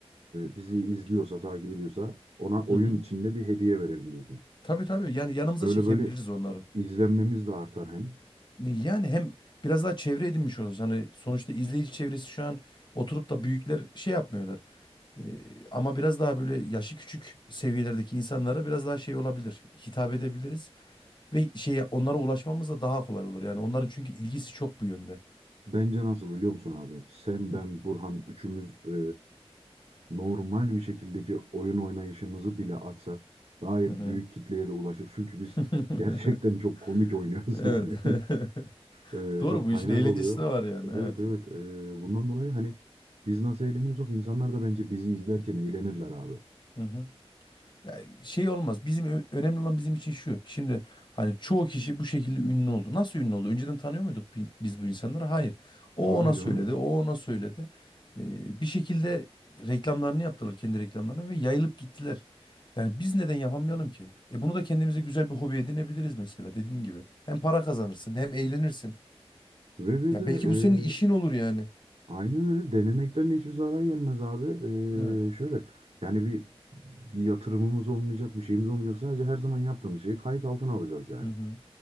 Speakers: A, on the right; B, on the left.
A: bizi izliyorsa, takip ediyorsa ona oyun
B: hı hı.
A: içinde bir hediye verelim diyorsun.
B: Tabii tabii yani yanımıza
A: Böyle
B: çekebiliriz
A: böyle
B: onları.
A: izlenmemiz de artar hem.
B: Yani hem biraz daha çevre edinmiş oluruz. Hani sonuçta izleyici çevresi şu an oturup da büyükler şey yapmıyorlar. Ee, ama biraz daha böyle yaşı küçük seviyelerdeki insanlara biraz daha şey olabilir. Hitap edebiliriz ve şeye onlara ulaşmamız da daha kolay olur. Yani onların çünkü ilgisi çok bu yönde.
A: Bence nasıl biliyor musun abi? Sen,
B: Hı
A: ben, Burhan üçümüz e, normal bir şekildeki oyun oynayışımızı bile atsak gayet
B: hı. hı.
A: büyük kitleye de ulaşır. Çünkü biz
B: <laughs>
A: gerçekten çok komik oynuyoruz
B: Evet.
A: <laughs> yani.
B: <laughs>
A: E,
B: Doğru
A: çok
B: bu
A: kaynak
B: işin eğlencesi
A: oluyor.
B: de var yani.
A: Evet
B: Evet.
A: evet. E, bundan dolayı hani biz nasıl eğleniyorsak insanlar da bence bizi izlerken eğlenirler abi.
B: Hı hı. Ya şey olmaz. Bizim ö- önemli olan bizim için şu. Şimdi hani çoğu kişi bu şekilde ünlü oldu. Nasıl ünlü oldu? Önceden tanıyor muyduk bi- biz bu insanları? Hayır. O
A: Tabii
B: ona
A: canım.
B: söyledi, o ona söyledi. Ee, bir şekilde reklamlarını yaptılar, kendi reklamlarını ve yayılıp gittiler. Yani biz neden yapamayalım ki? E bunu da kendimize güzel bir hobi edinebiliriz mesela dediğin gibi. Hem para kazanırsın, hem eğlenirsin.
A: Ve bir
B: Ya
A: de
B: belki bu senin işin
A: e,
B: olur yani.
A: Aynen öyle. Denemekten hiçbir zarar gelmez abi.
B: Evet.
A: Ee, şöyle yani bir bir yatırımımız olmayacak, bir şeyimiz olmayacak. Sadece her zaman yaptığımız şeyi kayıt altına alacağız yani.
B: Hı hı.